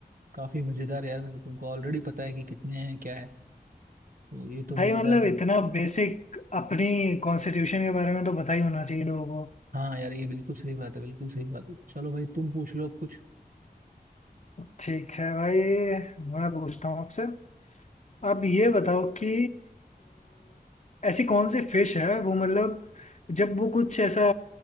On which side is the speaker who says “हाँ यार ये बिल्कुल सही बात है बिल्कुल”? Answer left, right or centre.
Right